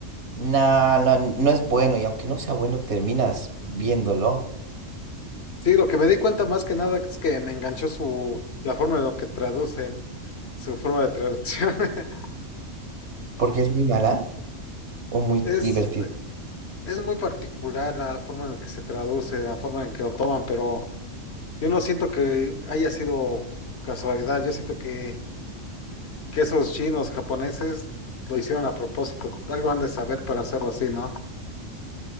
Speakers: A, on the right (about 60°); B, on the left (about 55°).
A: no, no, no es bueno. Y aunque no sea bueno, terminas viéndolo
B: Sí, lo que me di cuenta más que nada es que me enganchó su, la forma en lo que traducen, su forma de traducción. <laughs>
A: porque es muy mala. o muy
B: Es,
A: divertido.
B: es muy particular la forma en la que se traduce, la forma en que lo toman, pero... Yo no siento que haya sido casualidad, yo siento que, que esos chinos japoneses lo hicieron a propósito, algo han de saber para hacerlo así, ¿no?